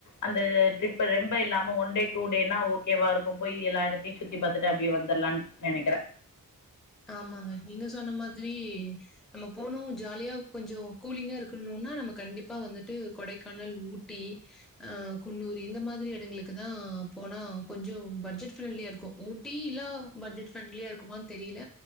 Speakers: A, on the left (about 60°); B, in the centre.
A: அந்த ட்ரிப் ரெம்ப இல்லாம ஒன் டே டூ டேனா ஓகேவா இருக்கு போய் எல்லா இடத்தையு சு த்தி பாத்துட்டு அப்டியே வந்தர்லான் நெனைக்ற
B: ஆமாங்க நீங்க சொன்ன மாதிரி நம்ம போணு ஜாலியா கொஞ்சோ கூலிங்கா இருக்கணுனா நம்ம கண்டிப்பா வந்துட்டு கொடைக்கானல் ஊட்டி ஆ குன்னூர் இந்த மாதிரி இடங்களுக்கு தா போனா கொஞ்சோ பட்ஜெட் ஃப்ரெண்ட்லியா இருக்கு டீலா பட்ஜட் ஃப்ரெண்ட்லியா இருக்குமான் தெரில